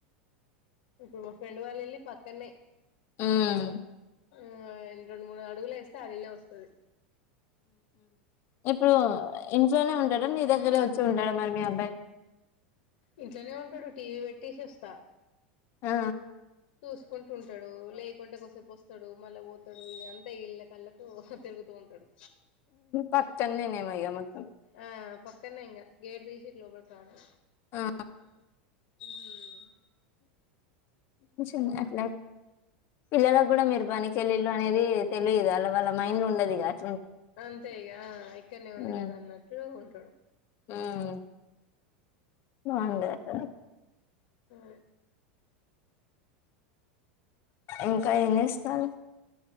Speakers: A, on the left; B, on the left.
A: ఇప్పుడు మా ఫ్రెండ్ వాళ్ళు వెళ్ళి పక్కనే
B: ఉమ్
A: ఆ రెండు మూడు అడుగులే వేస్తే ఆ నల్ళ వస్తుది
B: ఇప్పుడు ఇంట్లోనే ఉంటాడా నీ దగ్గరే వచ్చి ఉంటాడా మరి మీ అబ్బాయి
A: ఇంట్లోనే ఉంటాడు టీవీ పెట్టిసిస్తా
B: ఆ
A: చూసుకుంటూ ఉంటడు లేకుంటే కాసేపు వస్తాడు మళ్ళా పోతాడు ఇది అంతా ఇళ్ళ కళ్ళతో తిరుగుతూ ఉంటాడు
B: పక్తన్నేనే మొ ఇగ మొత్తం
A: ఆ పక్కనే ఇంగా గేట్ తీసి ఇట్ లోపలికి రావడమే
B: ఆ
A: హమ్
B: ఉ అట్లా పిల్లలకు గూడా మీరు పనికిళ్ళిళ్ళు అనేది తెలిదా వాళ్ళ మైండ్ ఉండదిగానీ
A: అంతే ఇగా ఇక్కడనే ఉంది
B: ఉమ్
A: కదా అన్నట్టు ఉంటాడు
B: ఉమ్ బాగుండదు
A: హా
B: ఇంకా ఏం చేస్తన్నారు